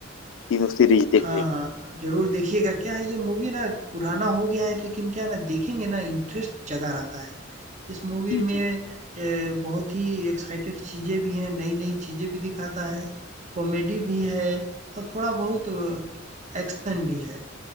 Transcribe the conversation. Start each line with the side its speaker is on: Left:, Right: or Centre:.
Left: तीनों सीरीज देखने
Right: हाँ,
Left: को
Right: हाँ, आप ज़रूर देखिएगा। क्या है ये मूवी ना पुराना हो गया है लेकिन क्या है ना देखेंगे ना इंटरेस्ट जगा रहता है। इस मूवी
Left: जी
Right: में
Left: जी
Right: अ, बहुत ही एक्साइटेड चीज़ें भी हैं, नई-नई चीज़ें भी दिखाता है, कॉमेडी भी है और थोड़ा बहुत एक्शन भी है।